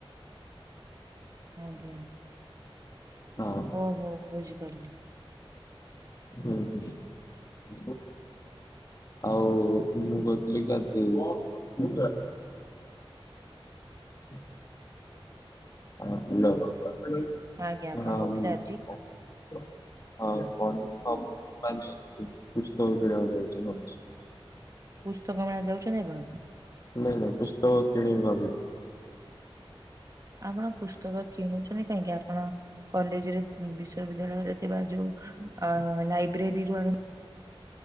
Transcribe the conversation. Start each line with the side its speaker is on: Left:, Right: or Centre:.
Right: ଆଜ୍ଞା।
Left: ହଁ।
Right: ଓହୋ ବୁଝିପାରିଲି।
Left: ହୁଁ ହୁଁ। <unintelligible> ଆଉ ମୁଁ କହିଥିଲି କି ଆଜି <inaudible> ହଁ
Right: ଆଜ୍ଞା ଆପଣ
Left: ହାଲୋ
Right: କହୁଥିଲେ ଆଜି
Left: ହଁ। <unintelligible>
Right: ପୁସ୍ତକ ମେଳା ଯାଉଛନ୍ତି ଆପଣ?
Left: ନାଇଁ ନାଇଁ ପୁସ୍ତକ କିଣିିବି ଭାବି
Right: ଆପଣ ପୁସ୍ତକ କିଣୁଛନ୍ତି କାହିଁକି ଆପଣ କଲେଜରେ ବିଶ୍ୱବିଦ୍ୟାଳୟରେ ଥିବା ଯୋଉ ଲାଇବ୍ରେରୀରୁୁ ଆଣୁ।